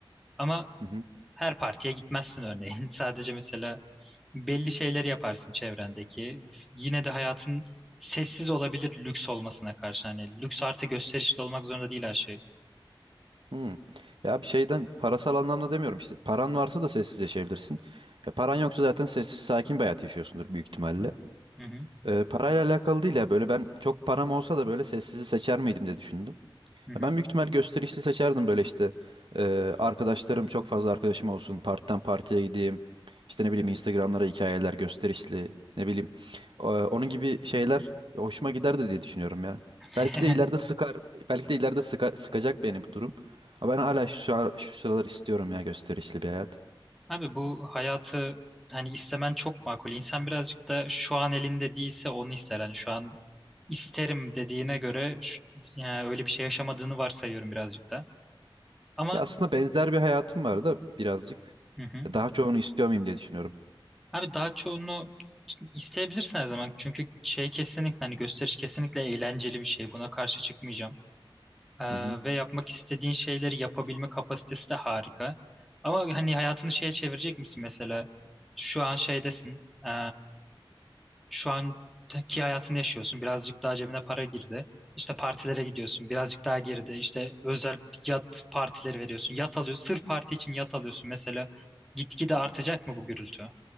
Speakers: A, in the centre; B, on the right.
A: Ama
B: Hı hı.
A: her partiye gitmezsin örneğin. <laughs> Sadece mesela belli şeyleri yaparsın çevrendeki. Yine de hayatın sessiz olabilir lüks olmasına karşı. Hani lüks artı gösterişli olmak zorunda değil her şey.
B: Hmm. Ya bir şeyden parasal anlamda demiyorum işte. Paran varsa da sessiz yaşayabilirsin. E, paran yoksa zaten sessiz sakin bir hayat yaşıyorsundur büyük ihtimalle.
A: Hı hı.
B: E, parayla alakalı değil ya böyle ben çok param olsa da böyle sessizi seçer miydim diye düşündüm.
A: Hı hı.
B: Ya Ben büyük ihtimal gösterişli seçerdim böyle işte eee, arkadaşlarım çok fazla arkadaşım olsun partiden partiye gideyim işte ne bileyim Instagram'lara hikayeler gösterişli ne bileyim Eee, onun gibi şeyler hoşuma giderdi diye düşünüyorum ya.
A: <laughs>
B: Belki de ileride sıkar belki de ileride sıka- sıkacak beni bu durum. Ama ben hala şu, ara- şu sıralar istiyorum ya gösterişli bir hayat.
A: Abi bu hayatı hani istemen çok makul. İnsan birazcık da şu an elinde değilse onu ister. Hani şu an isterim dediğine göre şu- yani öyle bir şey yaşamadığını varsayıyorum birazcık da. Ama
B: Ya aslında benzer bir hayatım var da birazcık
A: Hı hı.
B: daha çoğunu istiyor muyum diye düşünüyorum.
A: Abi daha çoğunu isteyebilirsin her zaman. Çünkü şey kesinlikle hani gösteriş kesinlikle eğlenceli bir şey. Buna karşı çıkmayacağım. Ee,
B: Hı hı.
A: ve yapmak istediğin şeyleri yapabilme kapasitesi de harika. Ama hani hayatını şeye çevirecek misin mesela? Şu an şeydesin. ee, şu anki hayatını yaşıyorsun. Birazcık daha cebine para girdi. İşte partilere gidiyorsun. Birazcık daha girdi. İşte özel yat partileri veriyorsun. Yat alıyorsun. Sırf parti için yat alıyorsun mesela. Gitgide artacak mı bu gürültü?